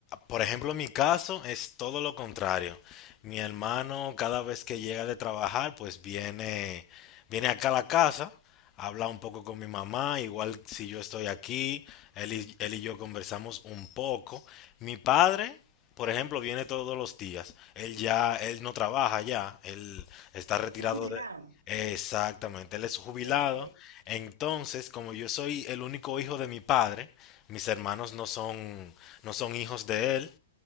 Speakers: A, on the left; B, on the right.
A: por ejemplo, en mi caso es todo lo contrario. Mi hermano cada vez que llega de trabajar, pues viene, viene acá a la casa, habla un poco con mi mamá, igual si yo estoy aquí, él y, él y yo conversamos un poco. Mi padre, por ejemplo, viene todos los días. Él ya, él no trabaja ya, él está retirado
B: Es jubilado.
A: de... Exactamente, él es jubilado.
B: Ok.
A: Entonces, como yo soy el único hijo de mi padre, mis hermanos no son, no son hijos de él.